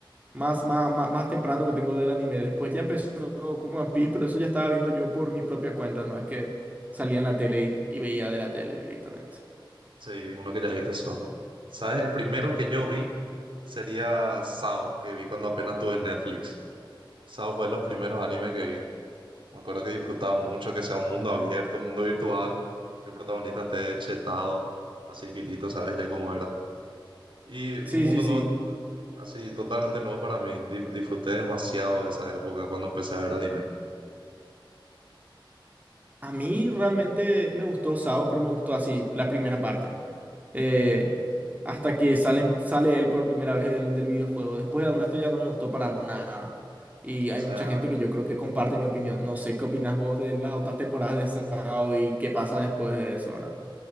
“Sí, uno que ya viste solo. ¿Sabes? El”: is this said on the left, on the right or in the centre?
Right